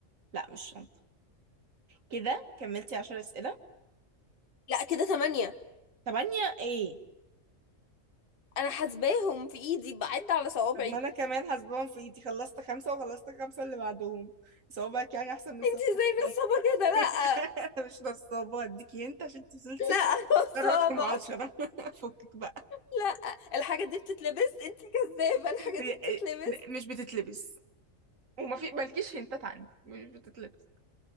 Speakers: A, on the right; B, on the left.
A: لا مش شنطة كده كملتي عشر أسئلة
B: لا كده تمانية
A: تمانية ايه
B: أنا حاسباهم في إيدي بعد على صوابعي
A: طب ما انا كمان حاسباهم في ايدي خلصت خمسة وخلصت خمسة اللي بعدهم صوابعك يعني احسن من صوابعك
B: انت ازاي
A: ايه
B: نصابة كده لا
A: <laughs> انا مش نصابة هديكي انت عشان انت وصلتي
B: لا <laughs>
A: مختار
B: نصابة
A: رقم عشرة <laughs> فكك بقى
B: لا الحاجة دي بتتلبس انت كذابة الحاجة
A: هي-
B: دي بتتلبس
A: إيه؟ مش بتتلبس وما في مالكيش هنتات عندي مش بتتلبس